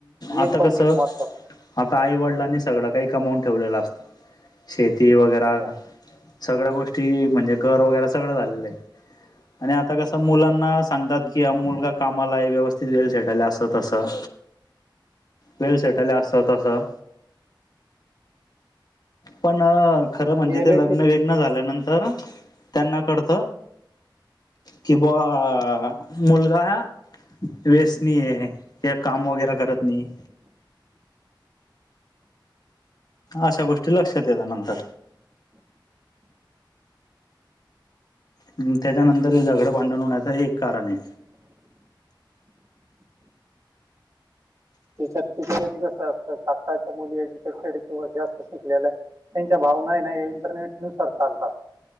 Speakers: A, on the right (about 40°); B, on the left (about 50°).
A: हे
B: आता
A: पण
B: कसं
A: एक महत्वाचं
B: आता आई वडिलांनी सगळं काही कमवून ठेवलेलं असतं. शेती वगैरा
A: हो
B: सगळ्या गोष्टी म्हणजे घर वगैरे सगळं झालेलं आहे. आणि आता कसं मुलांना सांगतात, की हा मुलगा कामाला आहे, व्यवस्थित वेल सेटल असं तसं वेल सेटल आहे अस तसं. पण खरं म्हणजे
A: रिॲलिटी
B: ते लग्न एक ना झाल्यानंतर त्यांना कडत की बा मुलगा व्यसनी आहे, काही काम वगैरे करत नाही. अशा गोष्टी लक्षात येत नंतर. हम्म त्याच्यानंतर झगडं भांडण होण्याचं एक कारण आहे.
A: तिच्या तिच्या कधी कसं असतं आताच्या मुली एज्युकेटेड किंवा जास्त शिकलेल्या त्यांच्या भावना आहे ना इंटरनेटनुसार चालतात,